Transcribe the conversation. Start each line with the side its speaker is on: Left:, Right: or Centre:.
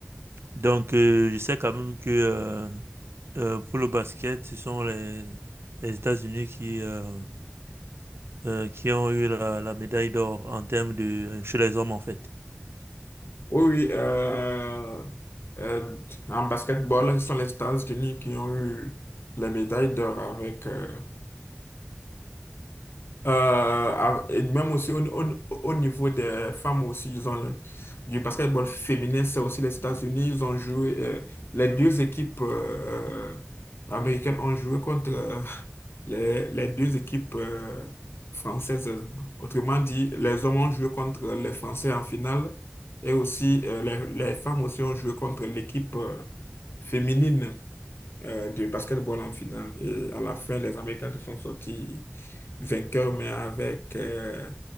Right: Donc euh, je sais quand même que euh, euh, pour le basket, ce sont les, les États-Unis qui, euh, euh, qui ont eu la, la médaille d'or en termes de chez les hommes en fait.
Left: Oui, oui. euh, euh, en basketball, ce sont les États-Unis qui ont eu les médailles d'or avec euh, euh, ah, et même aussi au, au- au niveau des femmes aussi, ils ont le- du basketball féminin, c'est aussi les États-Unis, ils ont joué, euh, les deux équipes euh, américaines ont joué contre euh, les, les deux équipes euh, françaises. Autrement dit, les hommes ont joué contre les Français en finale et aussi euh, les, les femmes aussi ont joué contre l'équipe euh, féminine euh, de basketball en finale. Et à la fin, les Américains se sont sortis vainqueurs, mais avec euh,